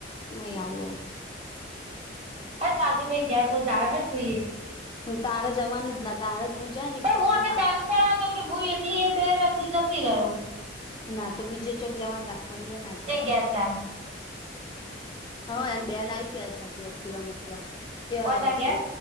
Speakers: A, on the left; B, on the right.
A: નહી આવું એમ
B: શાદી બાઈન ગેર બ જા હ તું એ
A: તારે જવાનું જ ના તારે તું જાય ને
B: પણ
A: તો પછી
B: હું અમે
A: મારે
B: દાણું હું એટલી એ બેથી જતી રહ્યું
A: ના તો બીજે ચોક જવાનું રાખ પણ અયા ના ચા
B: ક્યા જાય
A: હા એને બેન આવી ત્યા સાચું એક્ટિવા મૂકવા ત્યાં
B: પોતા ઘેર